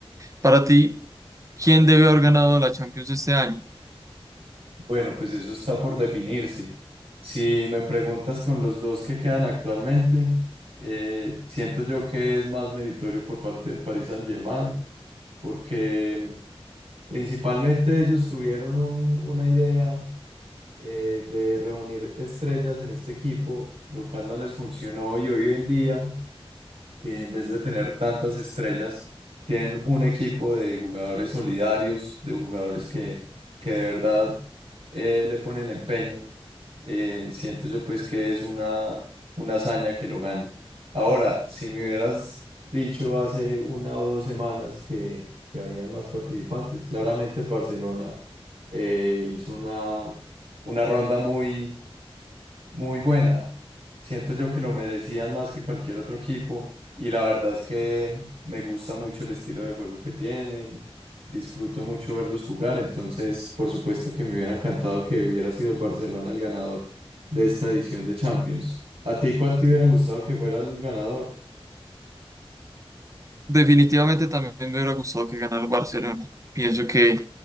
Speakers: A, on the right (about 30°); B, on the right (about 75°).
A: Para ti, ¿quién debe haber ganado la Champions este año?
B: Bueno, pues eso está por definirse. Si me preguntas con los dos que quedan actualmente, eh, siento yo que es más meritorio por parte del Paris Saint-Germain porque Principalmente ellos tuvieron un- una idea eh, de reunir estrellas en este equipo, lo cual no les funcionó y hoy en día que en vez de tener tantas estrellas, tienen un equipo de jugadores solidarios, de jugadores que, que de verdad eh, le ponen empeño. Eh, siento yo pues que es una, una hazaña que lo gane. Ahora, si me hubieras dicho hace una o dos semanas que, que habían más participantes, claramente el Barcelona eh, hizo una, una ronda muy muy buena. Siento yo que lo merecían más que cualquier otro equipo y la verdad es que me gusta mucho el estilo de juego que tienen. Disfruto mucho verlos jugar, entonces por supuesto que me hubiera encantado que hubiera sido el Barcelona el ganador de esta edición de Champions. ¿A ti cuál te hubiera gustado que fuera el ganador?
A: Definitivamente también me hubiera gustado que ganara el Barcelona. Pienso que